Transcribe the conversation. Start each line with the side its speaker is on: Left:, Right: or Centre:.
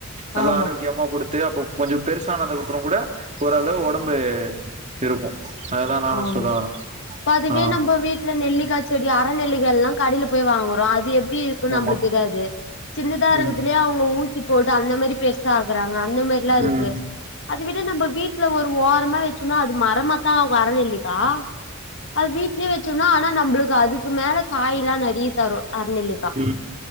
Right: நல்லா
Left: ஆமா ஆமா
Right: ஆரோக்கியமா குடுத்து அப்போ கொஞ்சோ பெருசானதுக்கு அப்றோ கூட ஒரளவு ஒடம்பு இருக்கு அதுதா நானு
Left: ஆமா
Right: சொல்ல வரே
Left: இப்ப அதுவே
Right: ஆ
Left: நம்ம வீட்டுக் சில நெல்லிக்காச் செடி அர நெல்லிக்காய் எல்லா கடயில போய் வாங்குறோ அது எப்டி இருக்குன்னு
Right: ஆமா
Left: நம்பளுக்கு தெரியாது சின்னதா இருக்குறதுலையே
Right: ம்
Left: அவுங்க ஊசி போட்டு அந்த மாரி பெருசா ஆக்குறாங்க அந்த மாரில்லா
Right: ம் ம்
Left: இருக்கு
Right: ம் ம்
Left: அத விட நம்ப வீட்ல ஒரு ஓரமா வச்சிர்னு அது மரமாத்தா ஆகு அற நெல்லிக்கா அது வீட்லயே வெச்சுர்னு ஆனா நம்பளுக்கு அதுக்கு மேல காய்ல்லா நெறைய தரு அரநெல்லிக்கா
Right: ம் ம்